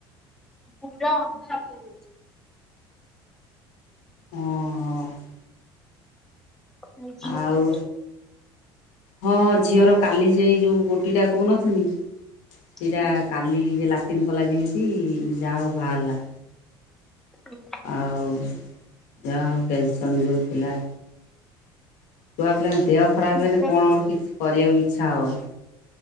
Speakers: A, in the centre; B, on the left.
A: ହୁଁ ପୁରା ଅନ୍ଧାର ହେଇଯାଉଛି।
B: ହଁ
A: ଆଉ ଝିଅ
B: ଆଉ
A: ଦେହରେ
B: ହଁ ଝିଅର କାଲି ସେଇ ଯୋଉ ଗୋଟି ଟା କହୁନ ଥିଲି ସେଇଟା
A: ଓହୋ
B: କାଲି ଲାଟିନ୍ କଲା ଯେମିତି ଯାହା ହଉ ବାହାରିଲା।
A: ଓହ <unintelligible>
B: ଆଉ ଯାହା ହେଉ ଟେନ୍ସନ୍ ଯୋଉଥିଲା ଛୁଆ ପିଲାଙ୍କ ଦେହ ଖରାପ
A: ଚିନ୍ତା
B: ହେଲେ କଣ ଗୋଟେ କିଛି କରିବାକୁ ଇଚ୍ଛା ହବନି।